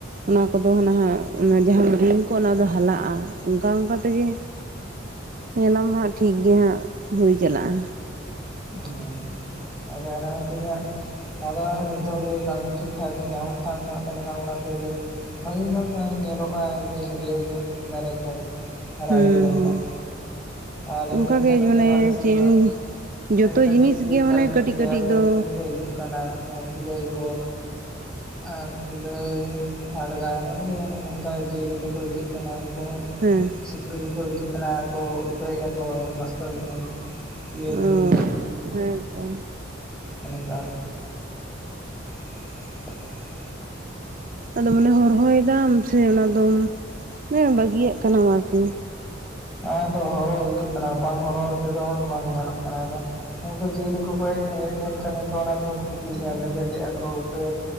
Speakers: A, on the right; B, in the centre.
A: ᱚᱱᱟ ᱠᱚᱫᱚ ᱦᱟᱱᱟᱜ ᱚᱱᱟ ᱡᱟᱦᱟᱸ ᱨᱤᱝ ᱠᱚ ᱚᱱᱟ ᱫᱚ ᱦᱟᱞᱟᱜᱼᱟ ᱚᱱᱠᱟ ᱚᱱᱠᱟ ᱛᱮᱜᱮ ᱧᱮᱞᱟᱢ ᱱᱟᱦᱜ ᱴᱷᱤᱠ ᱜᱮ ᱦᱟᱸᱜ ᱦᱩᱭ ᱪᱟᱞᱟᱜᱼᱟ᱾
B: <unintelligible> ᱟᱫᱚ ᱚᱱᱟ ᱠᱷᱟᱛᱤᱨ ᱜᱮᱦᱟᱸᱜ ᱟᱫᱚ ᱦᱟᱸᱜ ᱱᱤᱛᱚᱜ ᱜᱮ ᱠᱟᱣᱰᱤ ᱴᱷᱤᱠ ᱴᱷᱟ ᱧᱟᱢᱚᱜ ᱠᱷᱟᱱ ᱫᱚ᱾ ᱛᱟᱦᱚᱞᱮ ᱠᱷᱟᱱ ᱚᱱᱟᱛᱮᱜᱮ ᱵᱷᱟᱜᱮ ᱧᱚᱜ ᱧᱮᱞᱚᱜᱼᱟ ᱡᱮ ᱦᱟᱹᱨᱭᱟᱹᱲ ᱧᱚᱜ ᱫᱟᱨᱮ ᱠᱚ᱾ ᱦᱟᱨᱟᱭ
A: ᱦᱩᱸ
B: ᱤᱫᱤ ᱞᱮᱱᱠᱷᱟᱱ
A: ᱦᱩᱸ
B: ᱟᱨ ᱮᱢᱱᱛᱮ
A: ᱚᱱᱠᱟᱜᱮ
B: ᱱᱚᱛᱮ
A: ᱢᱟᱱᱮ
B: ᱟᱞᱮ ᱥᱮᱱ
A: ᱪᱮᱫ
B: ᱫᱚ᱾
A: ᱡᱚᱛᱚ
B: ᱠᱟᱹᱴᱤᱡ
A: ᱡᱤᱱᱤᱥ
B: ᱵᱤᱨ
A: ᱜᱮ ᱢᱟᱱᱮ
B: ᱫᱷᱟᱨᱮ ᱧᱚᱜ
A: ᱠᱟᱹᱴᱤᱡ
B: ᱜᱮᱭᱟ,
A: ᱠᱟᱹᱴᱤᱡ
B: ᱟᱫᱚ
A: ᱫᱚ
B: ᱮᱢ ᱛᱮᱠᱚ ᱦᱤᱡᱩᱜ ᱠᱟᱱᱟ ᱠᱩᱞᱟᱹᱭ ᱠᱚ᱾ ᱟᱨ ᱠᱩᱞᱟᱹᱭ! ᱦᱟᱷᱟᱰᱜᱟᱨ ᱟᱹᱰᱤᱜ ᱚᱱᱠᱟ ᱡᱤᱭᱟᱹᱞᱤ ᱠᱚᱠᱚ ᱦᱤᱡᱩᱜ ᱠᱟᱱᱟ ᱩᱱᱠᱩ᱾
A: ᱦᱮᱸ
B: ᱥᱩᱠᱨᱤ ᱠᱚᱠᱚ ᱦᱤᱡᱩᱜ ᱠᱟᱱᱟ ᱠᱚ ᱩᱴᱟᱹᱭᱮᱫᱼᱟ ᱠᱚ, ᱱᱚᱥᱴᱚᱸ ᱤᱭᱟᱹᱭ
A: ᱚ
B: ᱜᱤᱲᱤ
A: ᱦᱮᱸᱛᱚ᱾
B: ᱚᱱᱠᱟ᱾ <unintelligible>
A: ᱟᱫᱚ ᱢᱟᱱᱮ ᱦᱚᱨᱦᱚᱭ ᱫᱟᱢ ᱥᱮ ᱚᱱᱟ ᱫᱚᱢ ᱵᱟᱹᱜᱤᱭᱟᱜ ᱠᱟᱱᱟᱢ ᱟᱨᱠᱤ
B: ᱟᱫᱚ ᱦᱚᱨᱚ ᱦᱩᱭᱩᱜ ᱠᱟᱱᱟ ᱵᱟᱝ ᱦᱚᱨᱚᱜ ᱛᱮᱫᱚ ᱦᱟᱸᱜ ᱵᱟᱝ ᱜᱟᱱᱚᱜ ᱠᱟᱱᱟ ᱟᱫᱚ ᱩᱱᱠᱩ ᱡᱤᱭᱟᱹᱞᱤ ᱠᱚᱠᱚ ᱦᱮᱡ ᱦᱮᱡ ᱞᱮᱱᱠᱷᱟᱱ ᱜᱮᱠᱚ ᱚᱱᱟ ᱠᱚᱫᱚ ᱠᱷᱚᱛᱤᱭᱮᱫᱼᱟ ᱞᱮᱵᱮᱫᱮᱜᱼᱟ ᱠᱚ ᱩᱴᱟᱹ